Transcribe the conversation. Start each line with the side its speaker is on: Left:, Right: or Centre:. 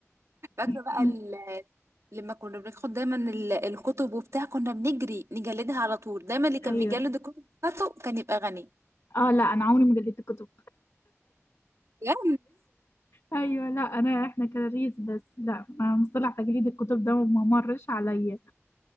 Right: فاكرة
Left: <laughs>
Right: بقى لما كنا بناخد دايما ال- الكتب وبتاع كنا بنجري نجلدها على طول دايما اللي كان
Left: أيوة
Right: بيجلد الكتب بتاعته كان يبقى غني
Left: اه لا أنا عمري ما جلدت كتب
Right: بجد
Left: أيوة لا أنا إحنا كراريس بس لا ما مصطلح تجليد الكتب ده ما مرش عليا